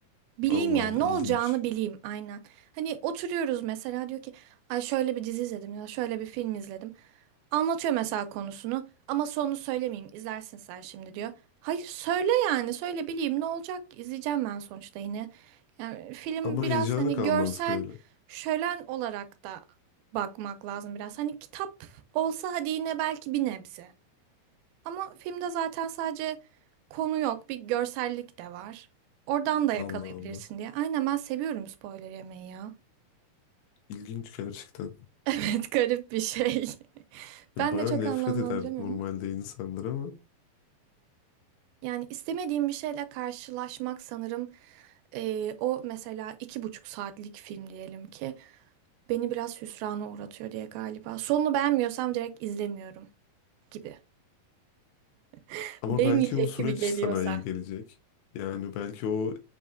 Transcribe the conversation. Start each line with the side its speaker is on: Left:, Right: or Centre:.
Right: Bileyim
Left: Allah
Right: yani
Left: Allah
Right: ne
Left: ilginç.
Right: olacağını bileyim aynen. Hani oturuyoruz mesela diyor ki ay şöyle bir dizi izledim ya şöyle bir film izledim. Anlatıyor mesela konusunu ama sonunu söylemeyeyim izlersin sen şimdi diyor. Hayır söyle yani söyle bileyim ne olacak ki? İzleyeceğim ben sonuçta yine. Yani film
Left: Ama
Right: biraz
Left: heyecanı
Right: hani
Left: kalmaz
Right: görsel
Left: ki öyle.
Right: şölen olarak da bakmak lazım biraz. Hani kitap olsa hadi yine belki bir nebze. Ama filmde zaten sadece konu yok, bir görsellik de var. Oradan da
Left: Allah
Right: yakalayabilirsin
Left: Allah.
Right: diye. Aynen ben seviyorum spoiler yemeyi ya. <laughs>
Left: İlginç gerçekten.
Right: Evet garip bir şey. <laughs>
Left: Böyle
Right: Ben
Left: bayağı
Right: de çok
Left: nefret
Right: anlamlandıramıyorum
Left: eder normalde
Right: ama.
Left: insanlar ama.
Right: Yani istemediğim bir şeyle karşılaşmak sanırım eee, o mesela iki buçuk saatlik film diyelim ki beni biraz hüsrana uğratıyor diye galiba. Sonunu beğenmiyorsam direkt izlemiyorum gibi. <laughs>
Left: Ama
Right: Değmeyecek
Left: belki o süreç
Right: gibi geliyorsa.
Left: sana iyi gelecek. Yani belki o